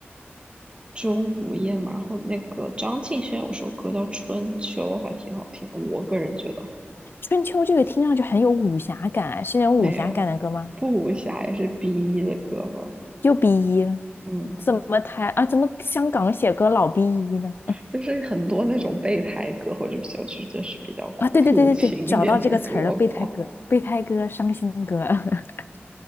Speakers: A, on the right; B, on the left.
A: 钟无艳嘛，然后那个张敬轩有首歌叫《春秋》，还挺好听的，我个人觉得哈
B: 春秋这个听上去很有武侠感啊，是那种武侠感的歌吗？
A: 没有，不无暇也是 B.E 的歌吧，
B: 又 B 一了，
A: 嗯，
B: 怎么台啊？怎么香港写歌老逼一呢？
A: 就是很多那种备胎歌，或者比较是就是比较苦情一点的歌吧
B: 啊，对对对对对，找到这个词儿了，备胎哥，备胎哥伤心哥。<laughs>